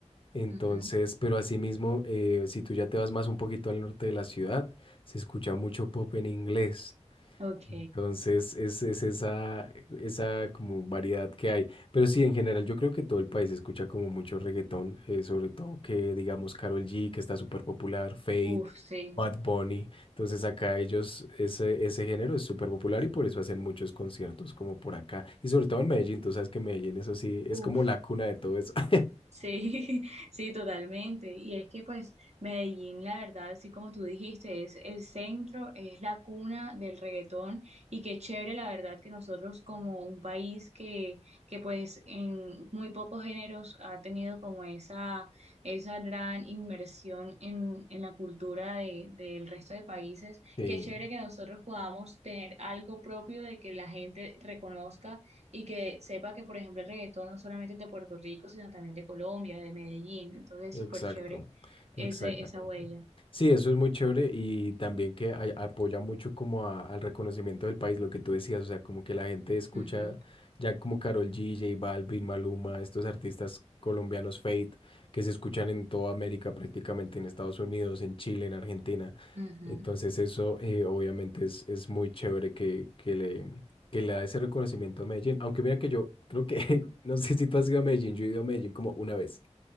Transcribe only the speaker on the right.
Ujú,
Ok,
uf, sí,
uf,
sí, <laughs> sí, totalmente. Y es que pues Medellín, la verdad, así como tú dijiste, es el centro, es la cuna del reggaetón y qué chévere, la verdad, que nosotros como un país que, que pues en muy pocos géneros ha tenido como esa, esa gran inmersión en, en la cultura de, del resto de países,
qué chévere que nosotros podamos tener algo propio de que la gente reconozca y que sepa que, por ejemplo, el reggaetón no solamente es de Puerto Rico, sino también de Colombia, de Medellín. Entonces, es
súper chévere ese,
esa huella.
Ujú,
ujú.